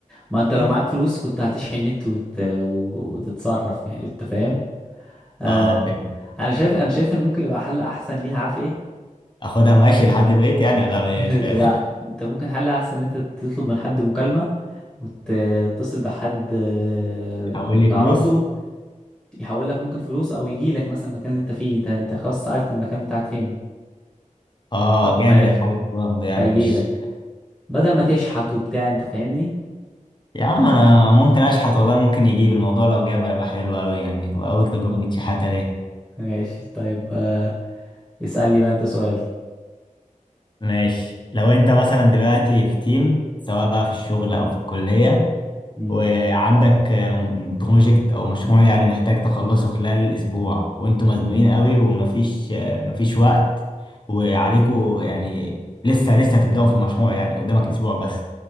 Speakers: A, in the centre; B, on the left.
A: ما انت لو
B: <laughs>
A: معاك فلوس كنت هتشحن نت وت... وتتصرف يعني انت فاهم آه
B: اه فهمت.
A: انا شايف انا شايف ان ممكن يبقى حل احسن ليها عارف ايه
B: اخدها ماشي لحد البيت يعني ولا أعمل إيه؟
A: <laughs>
B: مش فاهم.
A: لا انت ممكن حل احسن ان انت تطلب من حد مكالمة وتتصل بحد آه،
B: حول لي
A: تعرفه
B: فلوس
A: يحول لك ممكن فلوس او يجي لك مثلا المكان اللي انت فيه انت انت خلاص سألت المكان بتاعك فين
B: اه
A: تمام؟
B: جامد
A: وعرفت
B: الحل ده برضه يعني
A: فيجي
B: مش
A: لك بدل ما تشحت وبتاع انت فاهمني
B: يا عم انا ممكن اشحت والله ممكن يجيب الموضوع لو جاب هيبقى حلو قوي يعني تبقى اول تجربه شحاته ليه
A: ماشي طيب آه اسألني بقى انت سؤال
B: ماشي لو انت مثلا دلوقتي في تيم سواء بقى في الشغل او في الكليه
A: مم.
B: وعندك آم، بروجكت او مشروع يعني محتاج تخلصه خلال الاسبوع وانتوا مزنوقين قوي ومفيش آه، مفيش وقت وعليكوا يعني لسه لسه هتبداوا في المشروع يعني قدامك اسبوع بس